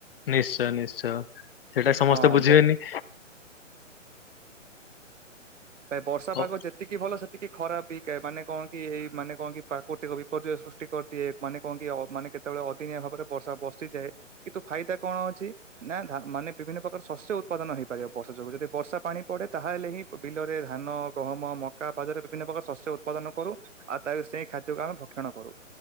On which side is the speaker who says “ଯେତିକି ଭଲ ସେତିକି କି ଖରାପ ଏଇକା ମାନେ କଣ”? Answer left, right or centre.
Right